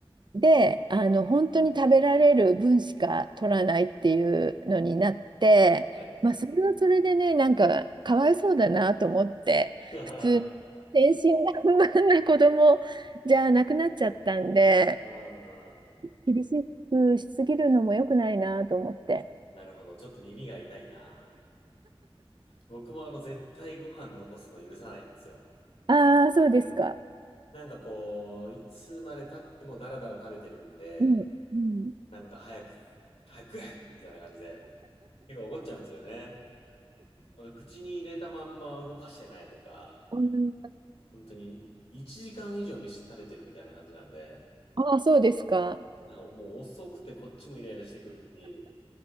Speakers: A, on the right; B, on the left.
A: で、あの、本当に食べられる分しか取らないっていうのになって、
B: はい。
A: まあ、それはそれでね、なんか、かわいそうだなと思って、
B: <laughs>
A: 普通、
B: あ
A: 天真爛漫な子供じゃなくなっちゃったんで、
B: あ、
A: 厳しくしすぎるのも良くないなと思って。
B: なるほど。ちょっと耳が痛いな。僕もあの、絶対ご飯残すの許さないんですよ。
A: ああ、そうですか。
B: うん。なんかこう、いつまで経ってもダラダラ食べてるんで、
A: うん、うん。
B: なんか早く、早く食えみたいな感じで、結構怒っちゃうんですよね。あの口に入れたまんま動かしてないとか、
A: うん
B: 本当に1時間以上飯食べてるみたいな感じなんで、
A: ああ、そうですか。
B: なんかもう遅くてこっちもイライラしてくるし、